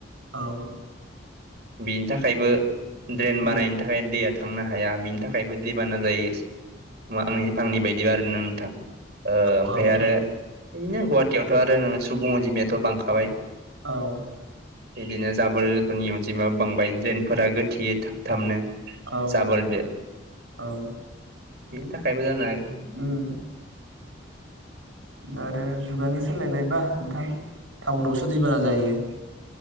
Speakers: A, on the right; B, on the right.
A: औ।
B: बिनि थाखायबो ड्रेन
A: उम
B: बानायनो थाखाय दैया थांनो हाया बिनि थाखायबो दैबाना जायो आंनि आंनि बायदि आरोना नोंथां। ओ
A: औ
B: ओमफाय
A: नोंथां
B: आरो बिनो गुवाहाटीयावथ' आरो नो सुबुं अनजिमायाथ' बांखाबाय।
A: औ।
B: बिदिनो जाबोरफोरनि अनजिमायाबो बांबाय ड्रेनफोरा गोथेयो थाब थाबनो।
A: औ
B: जाबोर दे
A: औ
B: बेनि थाखायबो जानो हा
A: उम। दा आरो जुगानो सोलायबायबा नोंथां टाउनावसो दैबाना जायो।